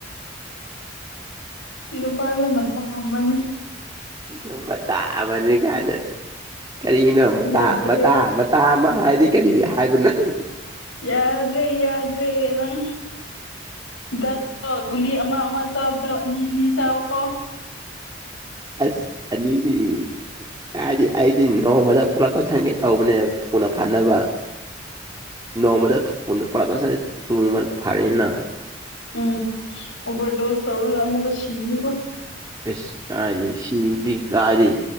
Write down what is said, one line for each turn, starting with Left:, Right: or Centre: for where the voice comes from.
Left: ꯅꯨꯄꯥ ꯌꯥꯝꯅ ꯄꯥꯝꯕꯅꯦ
Right: ꯁꯤꯗ ꯃꯇꯥ ꯑꯃꯅꯤ ꯀꯥꯏꯅ ꯀꯔꯤꯅꯣ ꯃꯇꯥ
Left: ꯌꯥꯗ꯭ꯔꯦ
Right: ꯃꯇꯥ ꯃꯇꯥ ꯑꯃ ꯍꯥꯏꯗꯤ ꯀꯔꯤ ꯍꯥꯏꯕ ꯅꯪ
Left: ꯌꯥꯗ꯭ꯔꯦ ꯌꯥꯗ꯭ꯔꯦ ꯅꯪ ꯍꯤꯗꯥꯛꯇꯣ ꯒꯨꯂꯤ ꯑꯃꯥ ꯑꯃꯥ ꯆꯥꯕꯗꯣ ꯑꯅꯤ ꯑꯅꯤ ꯆꯥꯎꯀꯣ
Right: ꯑꯁ ꯑꯅꯤꯗꯤ ꯀꯥꯢꯗꯩ ꯑꯩꯗꯤ ꯅꯣꯡꯃꯥꯗ ꯄꯨꯜꯂꯞ ꯆꯥꯁꯟꯒꯦ ꯇꯧꯕꯅꯦ ꯊꯨꯅ ꯐꯅꯕ ꯅꯣꯡꯃꯗ ꯄꯨꯂꯞ ꯆꯥꯁꯤꯜ ꯊꯨꯅ ꯐꯩꯅ
Left: ꯎꯝ ꯑꯣꯕꯔꯗꯣꯁ ꯇꯧꯔꯒ ꯑꯃꯨꯛꯀ ꯁꯤꯅꯤꯀꯣ
Right: ꯑꯁ ꯀꯥꯏꯗꯤ ꯁꯤꯕꯗꯤ ꯀꯥꯏꯗꯤ